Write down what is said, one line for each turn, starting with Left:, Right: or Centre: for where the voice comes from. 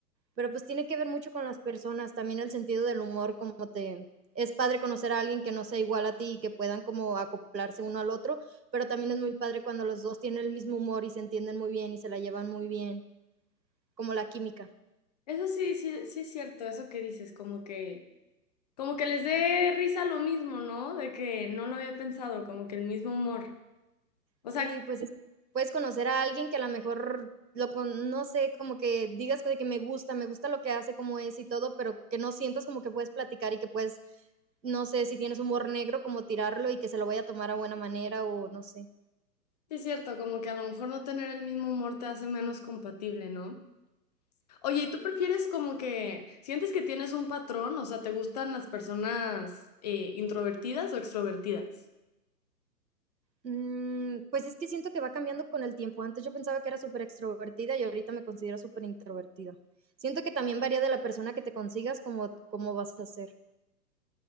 Right: Pero pues tiene que ver mucho con las personas, también el sentido del humor, como te... Es padre conocer a alguien que no sea igual a ti y que puedan como acoplarse uno al otro, pero también es muy padre cuando los dos tienen el mismo humor y se entienden muy bien y se la llevan muy bien, como la química.
Left: Eso sí, sí, sí es cierto, eso que dices, como que, como que les dé risa lo mismo, ¿no? De que no lo había pensado, como que el mismo humor. O
Right: Sí,
Left: sea,
Right: pues es- puedes conocer a alguien que a lo mejor lo con, no sé, como que digas de que me gusta, me gusta lo que hace, como es y todo, pero que no sientas como que puedes platicar y que puedes, no sé, si tienes humor negro, como tirarlo y que se lo vaya a tomar a buena manera o no sé.
Left: sí es cierto, como que a lo mejor no tener el mismo humor te hace menos compatible, ¿no? Oye, ¿y tú prefieres como que sientes que tienes un patrón? O sea, ¿te gustan las personas eh, introvertidas o extrovertidas?
Right: Mm, pues es que siento que va cambiando con el tiempo. Antes yo pensaba que era súper extrovertida y ahorita me considero súper introvertida. Siento que también varía de la persona que te consigas, como cómo vas a ser.